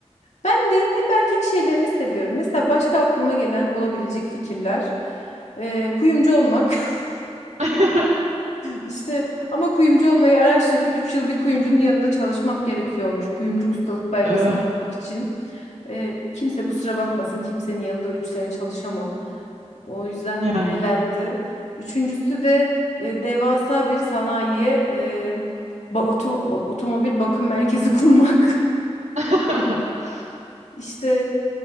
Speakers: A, on the left; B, on the right.
A: Ben de hep erkek şeylerini seviyorum. Mesela başka aklıma gelen olabilecek fikirler. Ee, kuyumcu olmak. <laughs>
B: <laughs>
A: İşte ama kuyumcu olmayı araştırdım. 3 yıl bir kuyumcunun yanında çalışmak gerekiyormuş. Kuyumcu ustalık belgesini
B: Eh,
A: almak için. Ee, kimse kusura bakmasın kimsenin yanında 3 sene çalışamam. O yüzden
B: yani.
A: bu elendi. Üçüncüsü de e, devasa bir sanayiye e, ba- oto- o- otomobil bakım merkezi <laughs> kurmak.
B: <laughs>
A: İşte